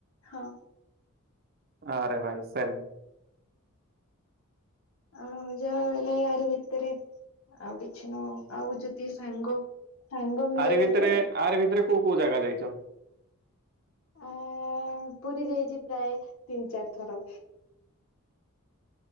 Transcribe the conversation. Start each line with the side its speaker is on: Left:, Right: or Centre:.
Left: ହଁ।
Right: ଆରେ ଭାଇ ସେମ୍।
Left: ଆଉ ଯାହା ରହିଲାୟାରି ଭିତରେ ଆଉ କିଛି ନୁହ ଆଉ ଯଦି ସାଙ୍ଗ ସାଙ୍ଗ ମିଳିଗଲେ
Right: ଆରି ଭିତରେ ଆରି ଭିତରେ କୋଉ କୋଉ ଜାଗା ଯାଇଚ?
Left: ଆ ପୁରୀ ଯାଇଚି ପ୍ରାୟ ତିନି ଚାରି ଥର।